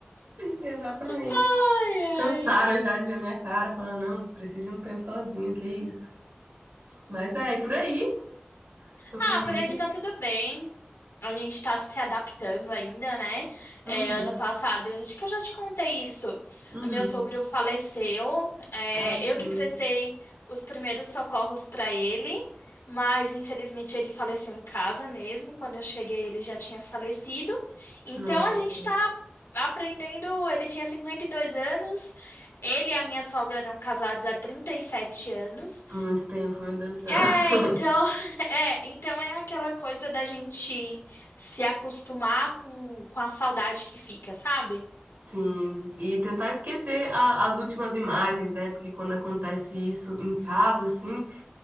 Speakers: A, on the right (about 55°); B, on the left (about 90°).
A: exatamente.
B: Ai, ai.
A: Cansaram já de ver minha cara, falando, não, preciso de um tempo sozinho, que isso. Mas é, e por aí. Sua família?
B: Ah, por aqui tá tudo bem. A gente tá se adaptando ainda, né?
A: Uhum,
B: É, ano passado, eu acho que eu já te contei isso.
A: uhum.
B: Meu sogro faleceu. é,
A: Ah, sim.
B: eu que prestei os primeiros socorros pra ele, mas infelizmente ele faleceu em casa mesmo. Quando eu cheguei, ele já tinha falecido. Então
A: Nossa,
B: a gente tá aprendendo. Ele tinha 52 anos. Ele e a minha sogra eram casados há 37 anos.
A: muito tempo, meu Deus do céu.
B: É,
A: <laughs>
B: então, <laughs> é, então é aquela coisa da gente se acostumar com, com a saudade que fica, sabe?
A: Sim, e tentar esquecer a- as últimas imagens, né? Porque quando acontece isso em casa, assim,